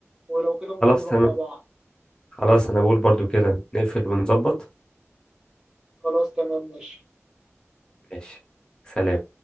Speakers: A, on the right; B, on the left.
A: ولو كده ممكن
B: خلاص
A: نروح
B: تمام
A: مع بعض
B: خلاص انا بقول برضو كده نقفل ونظبط
A: خلاص تمام ماشي
B: ماشي سلام